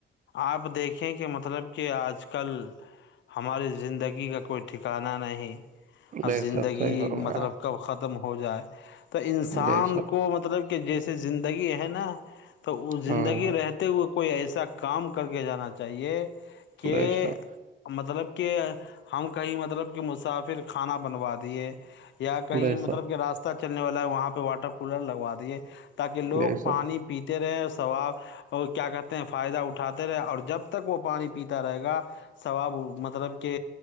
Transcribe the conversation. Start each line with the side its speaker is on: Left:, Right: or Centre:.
Left: آپ دیکھیں کہ مطلب کہ آج کل ہماری زندگی کا کوئی ٹھکانہ نہیں <unintelligible> اور
Right: بے
Left: زندگی
Right: شک صحیح فرمایا
Left: مطلب کب ختم <unintelligible> ہو جائے تو انسان
Right: بے شک
Left: کو مطلب جیسے زندگی ہے نا تو تو وہ زندگی
Right: ہاں ہاں
Left: رہتے ہوئے کوئی ایسا کام کر کے جانا چاہیے کہ
Right: بے شک
Left: مطلب کہ ہم کہیں مطلب کہ مسافر کھانا بنوا دیے یا کہیں
Right: بے
Left: مطلب
Right: شک
Left: کہ راستہ چلنے والا ہے وہاں پہ واٹر کولر لگوا دیے تاکہ لوگ
Right: بے
Left: پانی
Right: شک
Left: پیتے رہے سواب اور کیا کرتے فائدہ اٹھاتے رہے اور جب تک وہ پانی پیتا رہے گا ثواب مطلب کہ